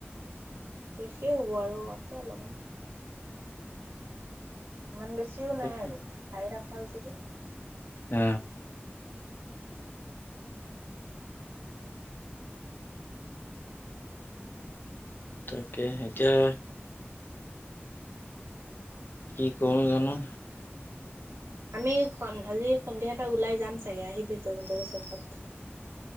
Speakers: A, on the right (about 85°); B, on the left (about 55°).
A: শেষেই হ'ব আৰু আছে অলপমান ইমান বেছিও নাই
B: তাকে
A: আৰু খাই থাকো তাৰ পাছত হৈছে যে
B: অ তাকে এতিয়া কি কৰোঁ জানো
A: আমি আজি সন্ধিয়াৰ পৰা ওলাই যাম চাগে আহিবি ত তহঁতৰ চকত